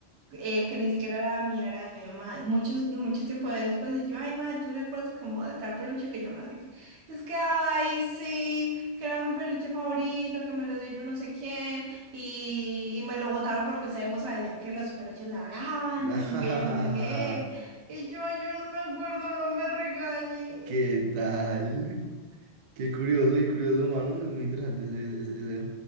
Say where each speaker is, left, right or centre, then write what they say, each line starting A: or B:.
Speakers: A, on the right (about 70°); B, on the right (about 85°).
A: eh, que ni siquiera era mía, era de mi mamá. Muchos, mucho tiempo después, y yo, ay, madre, ¿tú te acuerdas como de tal peluche que yo no sé qué? Es que, ay, sí, que era mi peluche favorito, que me lo dio yo no sé quién, y, y me lo botaron porque se puso a decir que los peluches le hablaban,
B: <laughs>
A: que yo no sé qué. Y yo, "Ay, yo no me acuerdo, no me regañe.
B: ¿Qué tal? Qué curioso, qué curioso, mano. Es muy interesante ese, ese- ese-